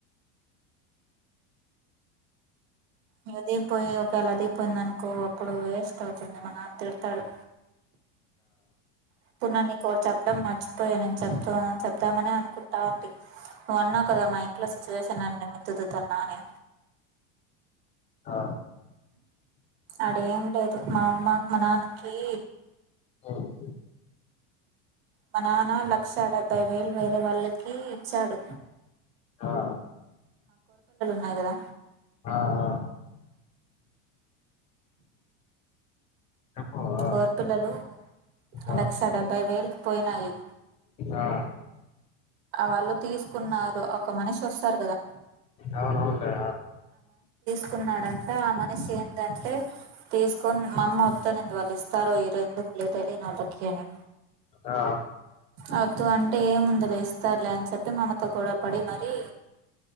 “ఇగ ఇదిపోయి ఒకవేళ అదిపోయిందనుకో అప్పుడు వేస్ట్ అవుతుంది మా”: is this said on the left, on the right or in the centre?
Right